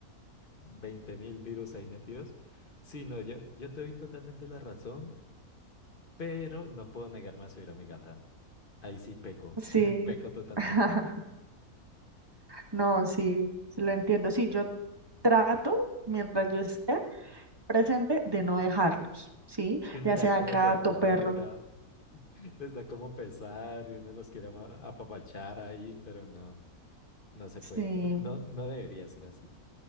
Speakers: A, on the left; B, on the right.
A: veinte mil virus ahí metidos. Sí, no, yo, yo te doy totalmente la razón, pero no puedo negarme a subir a mi gata. Ahí sí peco,
B: Sí,
A: <laughs> peco totalmente.
B: <laughs> no, sí, sí lo entiendo. Sí, yo trato, mientras yo esté presente, de no dejarlos, ¿sí?
A: Es que uno
B: Ya
A: le
B: sea
A: da como
B: gato,
A: ternura.
B: perro,
A: Les da como pesar y uno los quiere ama- apapachar ahí, pero no, no se
B: sí.
A: puede. No, no debería ser así.